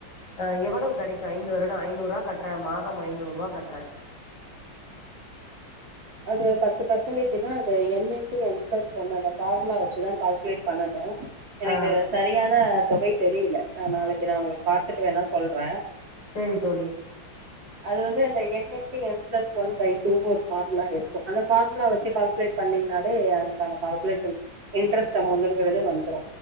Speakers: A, on the left; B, on the right.
A: ஆ எவ்ளோ கெடைக்கு ஐந்து வருட ஐநூறு று ரூவா கட்றே மாதம் ஐநூறு ரூவா கட்றே
B: அது பத்து பர்சன்டேஜன்னா அது n n to n plus one அந்த பார்முலா வச்சுதா கால்குலேட் பண்ணனு எனக்கு
A: ஆ
B: சரியான தொகை தெரியல நா நாளைக்கு உங்களுக்கு பார்த்துட்டு வேணா சொல்றே
A: செரி தோழி
B: அது வந்து இந்த n into n plus one by two னு ஒரு பார்முலா இருக்கு அந்த பார்முலா வச்சு கால்குலேட் பண்ணீங்கனாலே அதுக்கான கால்குலேஷன் இன்ட்ரெஸ்ட் அமௌண்ட்ங்கிறது வந்துரு